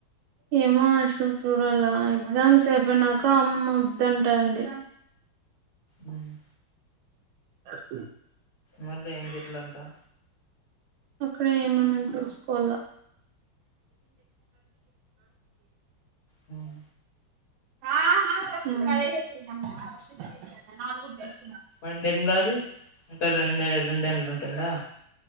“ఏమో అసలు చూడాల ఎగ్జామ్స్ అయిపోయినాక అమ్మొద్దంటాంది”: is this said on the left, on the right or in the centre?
Right